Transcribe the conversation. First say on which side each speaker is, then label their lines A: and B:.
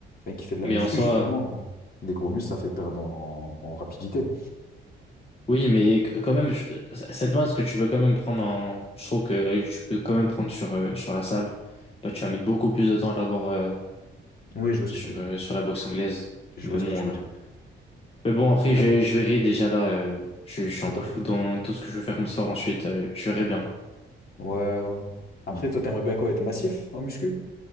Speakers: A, on the left; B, on the left.
A: mec qui fait de la
B: Mais
A: muscu,
B: en soi.
A: justement, des gros muscles, ça fait perdre en, en rapidité.
B: Oui, mais quand même, je- cette masse que tu peux quand même prendre en. Je trouve que euh, tu peux quand même prendre sur, euh, sur la salle. Bah, tu vas mettre beaucoup plus de temps à l'avoir euh,
A: Oui, je vois ce
B: sur,
A: que tu veux dire.
B: euh, sur la boxe anglaise.
A: Je
B: Mais
A: vois
B: bon,
A: ce que tu veux
B: euh,
A: dire.
B: mais bon après,
A: Après,
B: je, je verrai déjà là. euh, je, je
A: après,
B: suis un peu
A: toi,
B: fou dans tout ce que je vais faire comme soir ensuite. euh, je verrai bien.
A: ouais, ouais. Après,
B: Mm.
A: toi, t'aimerais bien quoi, être massif en muscu?